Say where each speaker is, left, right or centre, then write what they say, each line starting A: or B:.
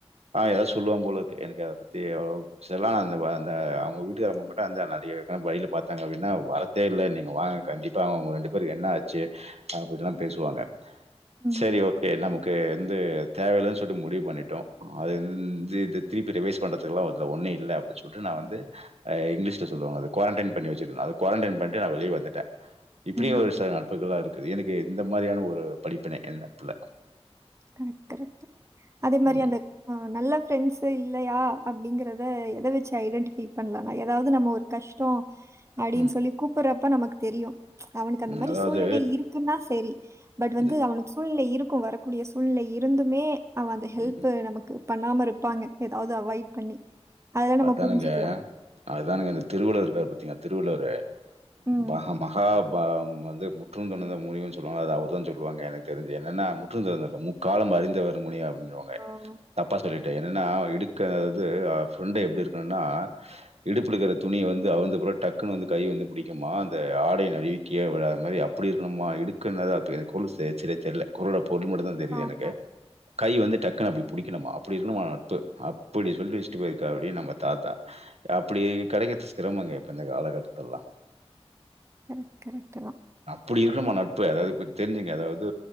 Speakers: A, on the right; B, on the right.
A: ஆ ஏதாவது சொல்லுவா போல இருக்கே எனக் அத பத்தி அவ்வளவா செல்லா அந்த அந்த அவங்க வீட்டுக்கார அம்மா போட்ட அந்த நடிகைகான வழியில பாத்தாங்க அப்டின்னா வரத்தே இல்ல நீங்க வாங்க கண்டிப்பா அவங்கங்க ரெண்டு பேரு என்னா ஆச்சி அப்டிலா பேசுவாங்க
B: ம்
A: சேரி ஓகே நம்முப் கே என்து தேவயில்லன் சொல்ட்டு முடிவு பண்ணடோ அது இந்தி இது ந்தி த் த்ரிபே ரிவைஸ் பண்றதுக்குலா ஒருக்க ஒன்னே இல்ல அப்டி சொல்ட்டு நா வந்து ஐய் இங்கிலீஷ்ல சொல்லுவாங்க அது க்வோரன்டைன் பண்ணி வெச்சிருந்தா அத க்வாரண்டைன் பண்ணிட்டு நா வெளிய வந்துட்ட இப்டியும்
B: ம்
A: ஒரு சில நட்புகளா இருக்கு எனக்கேது இந்த மாரியான ஒரு <unintelligible>
B: கரெக்ட் கரெட்டு அதே மாரி
A: ம்,
B: அந்த ஹா நல்லப் ஃப்ரெண்ட்ஸு இல்லையா அப்டீங்கிறத எத வெச்சி ஐடென்டிஃபை பண்ணலான்னா ஏதாவது நம்ம ஒரு கஷ்டோ அடின்னு
A: ம்,
B: சொல்லி கூப்றப் அப்ப நமக்கு தெரியு அவனுக்கு அந்த
A: ம்.
B: மாறி
A: அதாவது
B: சூழ்நிலை இருக்குன்னா சேரி பட் வந்து
A: இந்த
B: அவனுக்கு சூழ்நிலை இருப் குவாரப் கூடிய சூழ்ல இருந்துமே அவ அந்த ஹெல்ப்
A: ம், ம்.
B: நமக்கு பண்ணாம இருப்பாங்க ஏதாவது அவாய்ட் பண்ணி அதெல்லா நம்ம
A: அதானுங்க
B: புரிஞ்சுக்கலா
A: அததானுங்க இந்த திருவளூர் இருக்காரு பாத்தீங்களா திருவள்ளுவரு
B: ம்
A: பகம் மகா பாம் வந்து முற்றும் தொடர்ந்தவர் முடி சொல்லுவாங்க அது அவர் தானு சொல்லுவாங்க எனக்கு தெரிஞ்சு என்னன்ன முற்றுந் தொரந்தவர் முக்காலம் அறிந்தவர் முனியா அப்டினுவாங்க
B: ஆமா
A: தப்பா சொல்லிட் என்னன்னா இடுக்கன் அதாவது ஃப்ரெண்டு எப்டி இருக்கணுன்னா இடுப்புல இருக்குற துணி வந்து அவிழ்ந்து புரோ டக்குன்னு வந்து கை வந்து புடிக்குமா அந்த ஆடை நழுவி கீழ விழாத மாரி அப்டி இருக்கணுமா இடுக்கு நல் அதா அப் எனக்கு குறளு சரியா தெர்யல குறள பொருள் மட்டுதா தெரியுது
B: ஆமா
A: எனக்கு கை வந்து டக்ன்னு அப்டி புடிக்கணுமா அப்டி இருக்கணுமா நட்பு அப்டி சொல்லி <unintelligible> நம்ம தாத்தா அப்டி கிடைக்கறது திறமங்க இப்போ இந்த காலகட்டதுலலா
B: கரெக்ட் கரெக்ட் தா
A: ப்டி இருக்கணுமா நட்பு அதாது தெரிஞ்சுக்ங்க அதாவது